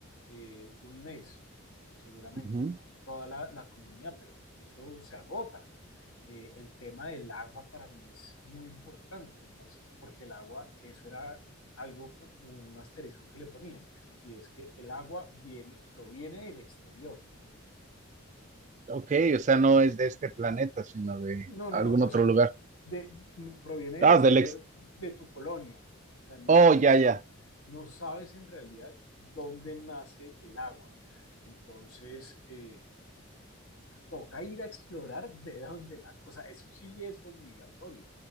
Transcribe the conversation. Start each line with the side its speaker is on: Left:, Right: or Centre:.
Left: eh, un mes, seguramente,
Right: Ujú.
Left: toda la, la comunidad, pero eso se agota eh, el tema del agua para mí es muy importante, entonces, porque el agua, eso era algo, un asterisco que le ponían, y es que el agua viene, proviene del exterior.
Right: Ok, o sea, no es de este planeta, sino de
Left: No, no,
Right: algún
Left: no, o
Right: otro
Left: sea,
Right: lugar.
Left: de, proviene del
Right: Ah,
Left: exterior
Right: del ex.
Left: de tu colonia, o sea, no,
Right: Oh,
Left: nos,
Right: ya, ya.
Left: no sabes en realidad dónde nace el agua. Entonces, eh, toca ir a explorar de dónde nace, o sea, eso sí es obligatorio,